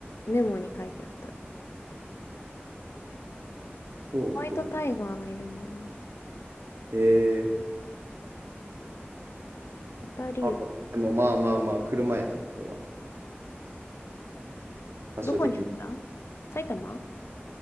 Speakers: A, on the left; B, on the right.
A: メモに書いてあった。
B: 東武動
A: ホワイトタイガーがいるんだよね。
B: へえ。
A: ホタリウ。
B: あ、でもまあまあまあ、車やな、これは。場所的に。
A: どこにあるんだ埼玉